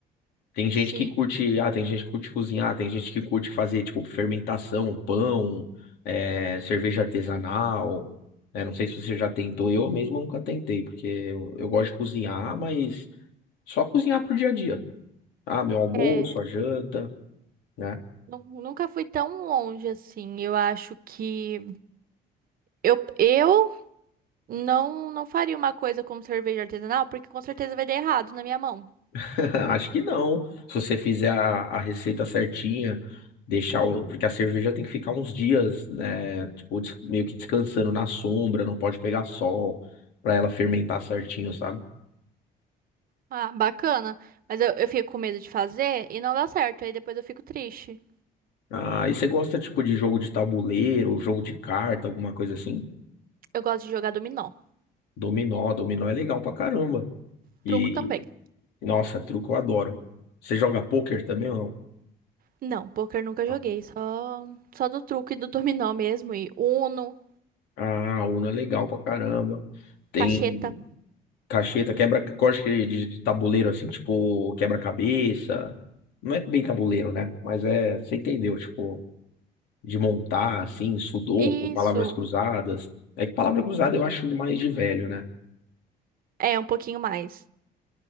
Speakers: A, on the left (about 80°); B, on the right (about 60°).
A: Tem gente
B: sim.
A: que curte, ah, tem gente que curte cozinhar, tem gente que curte fazer, tipo, fermentação, pão, é, cerveja artesanal, né? Não sei se você já tentou, eu mesmo nunca tentei, porque eu, eu gosto de cozinhar, mas só cozinhar pro dia a dia. Ah, meu almoço,
B: É,
A: a janta né?
B: nu- nunca fui tão longe assim. Eu acho que eu, eu não, não faria uma coisa como cerveja artesanal, porque com certeza vai dar errado na minha mão.
A: <laughs> Acho que não. Se você fizer a, a receita certinha, deixar o, porque a cerveja tem que ficar uns dias, né, tipo, des- meio que descansando na sombra, não pode pegar sol pra ela fermentar certinho, sabe?
B: Ah, bacana. Mas eu, eu fico com medo de fazer e não dá certo. Aí depois eu fico triste.
A: Ah, e você gosta tipo de jogo de tabuleiro, jogo de carta, alguma coisa assim?
B: Eu gosto de jogar dominó.
A: Dominó, dominó é legal pra caramba. E
B: Truco também.
A: nossa, truco eu adoro. Você joga pôquer também ou não?
B: Não, poker nunca
A: Não.
B: joguei. Só, só do truco e do dominó mesmo. E Uno,
A: Ah, Uno é legal pra caramba. Tem.
B: cacheta.
A: Cacheta, quebra, corte de, de tabuleiro, assim, tipo, quebra-cabeça. Não é bem tabuleiro, né? Mas é, você entendeu, tipo, de montar, assim, sudoku,
B: Isso.
A: palavras cruzadas. É que palavra cruzada eu acho mais de velho, né?
B: É, um pouquinho mais.